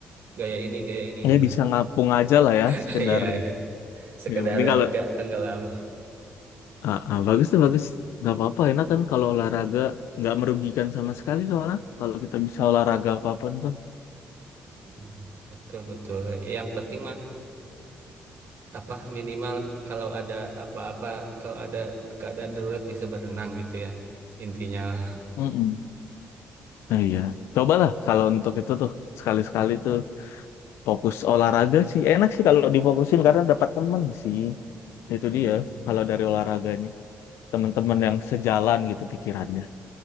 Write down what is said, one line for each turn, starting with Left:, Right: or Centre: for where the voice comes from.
Right: gaya ini gaya ini enggak
Left: ya bisa ngapung aja lah ya,
Right: <laughs>
Left: sekedar.
Right: ya ya. sekedar
Left: Ya, yang penting kalau
Right: nggak tenggelam
Left: Ah, ah, bagus tuh bagus. Gak apa-apa enak kan kalau olahraga nggak merugikan sama sekali soalnya kalau kita bisa olahraga apapun tuh.
Right: Mm, betul betul yang penting mah apa minimal kalau ada apa-apa kalau ada keadaan darurat bisa berenang gitu ya intinya lah.
Left: Mm-mm. Nah, iya. Cobalah kalau untuk itu tuh sekali-sekali tuh fokus olahraga sih. Enak sih kalau difokusin karena dapat temen sih. Itu dia
Right: Mm.
Left: kalau dari olahraga nih. Teman-teman yang sejalan gitu pikirannya.